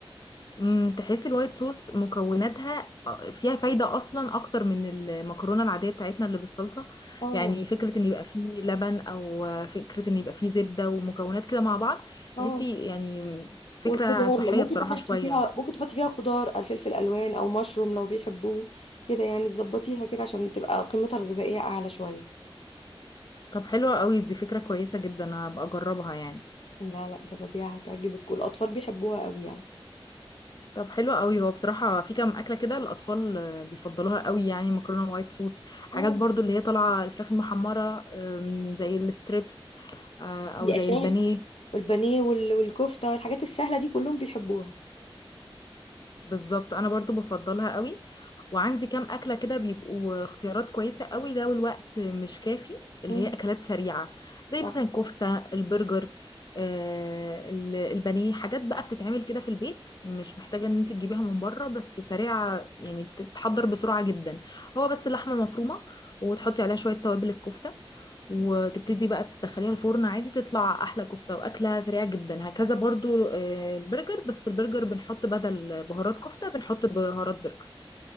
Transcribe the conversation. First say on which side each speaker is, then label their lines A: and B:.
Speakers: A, on the left; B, on the left.
A: امم تحس الوايت صوص مكوناتها آه، فيها فايدة أصلا أكتر من المكرونة العادية بتاعتنا اللي بالصلصة
B: اه
A: يعني فكرة إن يبقى فيه لبن أو آه، فكرة إن يبقى فيه زبدة ومكونات كده مع بعض
B: اه
A: تحسي يعني
B: والخضار
A: فكرة صحية
B: لو ممكن
A: بصراحة
B: تحطي
A: شوية
B: فيها ممكن تحطي فيها خضار الفلفل الوان او مشروم لو بيحبوه كده يعني تظبطيها كده عشان تبقى قيمتها الغذائيه اعلى شويه
A: طب حلوة قوي دي فكرة كويسة جدا هبقى أجربها يعني
B: لا لا جربيها هتعجبك والاطفال بيحبوها قوي يعني
A: طب حلوة قوي هو بصراحة في كام أكلة كده الأطفال آه، بيفضلوها قوي يعني مكرونة وايت صوص حاجات
B: اه
A: برضو اللي هي طالعة الفراخ المحمرة أم، زي الستريبس آه، أو
B: دي
A: زي
B: اساس
A: البانيه
B: والبانيه وال- والكفتة الحاجات السهلة دي كلهم بيحبوها
A: بالظبط انا برضو بفضلها قوي وعندي كام اكله كده بيبقوا اختيارات كويسه قوي لو الوقت مش كافي اللي
B: مم.
A: هي اكلات سريعه زي
B: صح.
A: مثلا الكفته البرجر آه ال- البانيه حاجات بقى بتتعمل كده في البيت مش محتاجه ان انت تجيبيها من بره بس سريعه يعني تتحضر بسرعه جدا هو بس اللحمه المفرومه وتحطي عليها شويه توابل الكفته وتبتدي بقى تدخليها الفرن عادي تطلع احلى كفته واكله سريعه جدا هكذا برضو آه، البرجر بس البرجر بنحط بدل بهارات كفته بنحط بهارات برجر